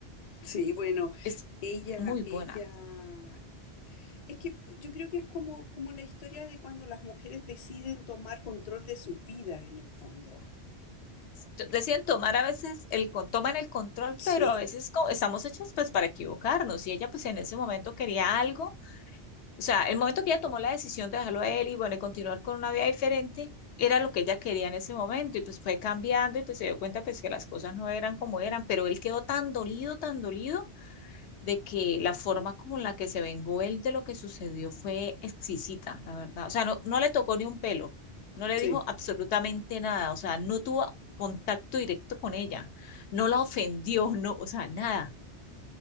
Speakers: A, on the left; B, on the left.
A: Sí, bueno,
B: Es
A: ella,
B: muy
A: ella,
B: buena.
A: es que yo creo que es como, como la historia de cuando las mujeres deciden tomar control de su vida en el fondo.
B: T- Deciden tomar a veces, el, con- toman el control,
A: Sí,
B: pero a veces co- estamos hechas pues para equivocarnos. Y ella pues en ese momento quería algo. O sea, el momento que ella tomó la decisión de dejarlo a él y bueno, y continuar con una vida diferente, era lo que ella quería en ese momento. Y pues fue cambiando y pues se dio cuenta pues que las cosas no eran como eran, pero él quedó tan dolido, tan dolido de que la forma como la que se vengó él de lo que sucedió fue exquisita, la verdad. O sea, no, no le tocó ni un pelo, no le
A: sí,
B: dijo absolutamente nada, o sea, no tuvo contacto directo con ella, no la ofendió, no, o sea, nada.